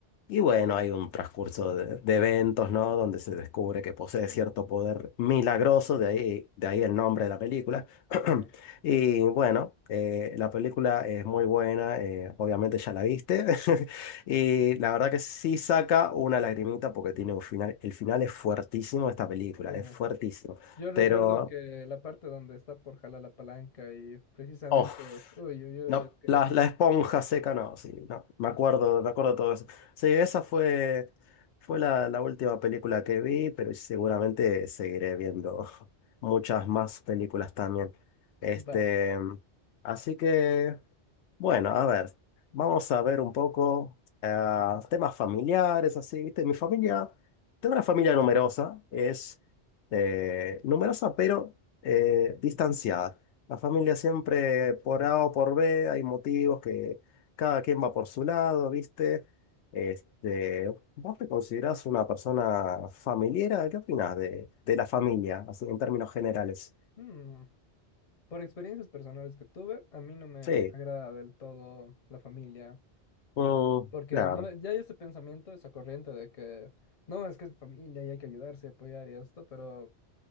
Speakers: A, on the left; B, on the left.
A: Y bueno, hay un transcurso de, de eventos, ¿no? Donde se descubre que posee cierto poder milagroso, de ahí, de ahí el nombre de la película. <clears throat>
B: Sí,
A: Y bueno, eh, la película es muy buena, eh, obviamente ya la viste. <laughs> Y la verdad que sí saca una lagrimita porque tiene un final, el final es fuertísimo de esta película,
B: sí.
A: es fuertísimo.
B: Yo recuerdo
A: Pero
B: que la parte donde está por jalar la palanca y precisamente,
A: Oh,
B: uy, uy, uy,
A: no,
B: es que,
A: la, la esponja seca, no, sí, no, me acuerdo,
B: mm,
A: me acuerdo todo eso. Sí, esa fue, fue la, la última película que vi, pero seguramente seguiré viendo <laughs> muchas más películas también. Este,
B: va,
A: así que, bueno, a ver, vamos a ver un poco eh, temas familiares, así, ¿viste? Mi familia, tengo una familia numerosa, es eh, numerosa pero eh, distanciada. La familia siempre por A o por B, hay motivos que cada quien va por su lado, ¿viste? Este, ¿vos te considerás una persona familiar? ¿Qué opinás de, de la familia, así en términos generales?
B: mm, por experiencias personales que tuve, a mí no me
A: Sí,
B: agrada del todo la familia,
A: mm,
B: porque
A: claro.
B: no, me- ya hay ese pensamiento, esa corriente de que, no, es que es familia y hay que ayudarse y apoyar y esto, pero